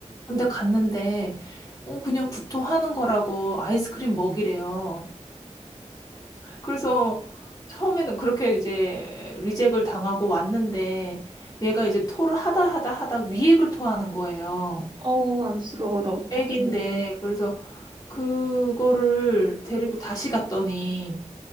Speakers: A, on the left; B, on the right.
A: 근데 갔는데, 어, 그냥 구토하는 거라고 아이스크림 먹이래요. 그래서 처음에는 그렇게 이제 리젝을 당하고 왔는데, 얘가 이제 토를 하다 하다 하다 위액을 토하는 거예요.
B: 어우, 안쓰러워라, 어떡해.
A: 애기인데, 그래서 그거를 데리고 다시 갔더니,